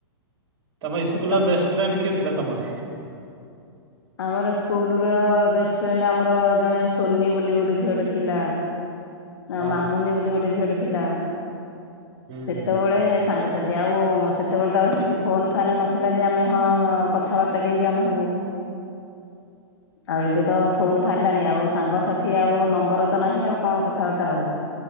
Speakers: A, on the right; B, on the left.
A: ତମ ଇସ୍କୁଲର
B: ସେ ତ
A: ବେଷ୍ଟ ଫ୍ରେଣ୍ଡ କିଏ ଥିଲା ତମର?
B: ଆମର ସ୍କୁଲ ର ବେଷ୍ଟ ଫ୍ରେଣ୍ଡ ଆମର ଜଣେ ସୋନି ବୋଲି ଗୋଟେ ଝିଅଟେ ଥିଲା। ଆଁ
A: ହଁ
B: ମାମୁନି ବୋଲି ଗୋଟେ ଝିଅଟେ ଥିଲା
A: ହୁଁ
B: ସେତେବେଳେ ସାଙ୍ଗସାଥି ଆଉ ସେତେବେଳେ ତ ଆଉ ହେମିତି ଫୋନ ଫାନ୍ ନଥିଲା ଯେ ଆମେ ହଁ କଥାବାର୍ତ୍ତା କେମିତି ଆମେ ହେବୁ? <inaudible> ଆଉ ଏବେ ତ ଫୋନ ବାହାରିଲାଣି ଆଉ ସାଙ୍ଗସାଥି ଆଉ ନମ୍ବର ତ ନାହିଁ ଆଉ କଣ କଥାବାର୍ତ୍ତା ହବୁ?